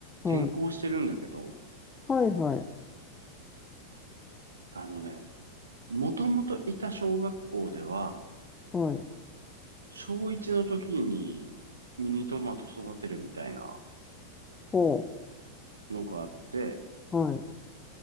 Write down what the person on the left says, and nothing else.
い。
はいはい。
はい。
ほ
う。はい。